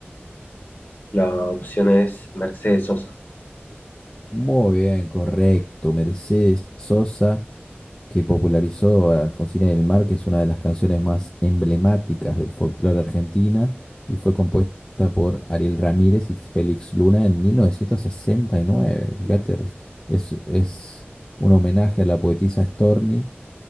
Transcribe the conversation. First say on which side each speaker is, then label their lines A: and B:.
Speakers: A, on the left; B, on the left.
A: La opción es Mercedes Sosa.
B: Muy bien, correcto. Mercedes Sosa que popularizó a Alfonsina del Mar, que es una de las canciones más emblemáticas del folclore argentina y fue compuesta por Ariel Ramírez y Félix Luna en 1969. Fíjate,
A: Uf,
B: res- es, es un homenaje a la poetisa Storni,